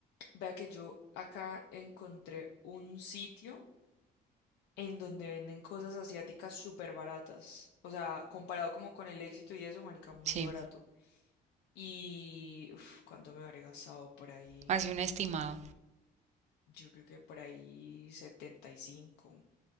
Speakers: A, on the left; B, on the right.
A: vea que yo acá encontré un sitio. en donde venden cosas asiáticas súper baratas. O sea, comparado como con el éxito y eso, marica, muy
B: Sí,
A: barato. Y uf, ¿cuánto me habré gastado por ahí?
B: así un estimado.
A: Yo creo que por ahí setenta y cinco